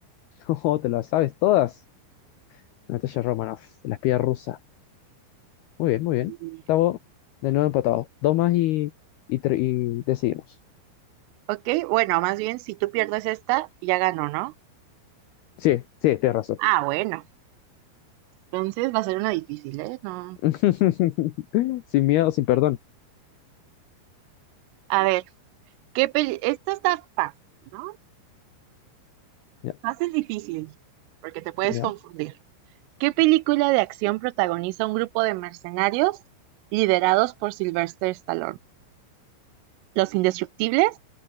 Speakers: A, on the left; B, on the right.
A: <laughs> Oh, te las sabes todas. Natasha Romanoff, la espía rusa. Muy bien, muy bien.
B: Y-
A: Estamos de nuevo empatados. Dos más y, y, tre- y decidimos.
B: Ok, bueno, más bien si tú pierdes esta, ya ganó, ¿no?
A: Sí, sí, tienes razón.
B: Ah, bueno. Entonces va a ser una difícil, ¿eh? No.
A: <laughs> Sin miedo, sin perdón.
B: A ver, ¿qué peli... Esta está fácil, ¿no?
A: Ya,
B: Fácil difícil, porque te puedes
A: ya.
B: confundir. ¿Qué película de acción protagoniza un grupo de mercenarios liderados por Sylvester Stallone? ¿Los Indestructibles,